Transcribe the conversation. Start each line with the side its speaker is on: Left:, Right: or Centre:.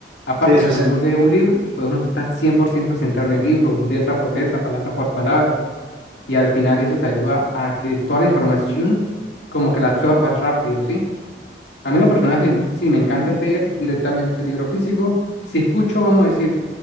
Left: Aparte,
Right: Sí, sí,
Left: cuando
Right: sí.
Left: uno lee un libro, pues uno está 100% centrado en el libro, letra por letra, palabra por palabra. Y al final eso te ayuda a que toda la información como que la absorbas rápido, ¿sí? A mí lo personal sí, sí, me encanta es leer directamente libro físico. Si escucho, vamos a decir,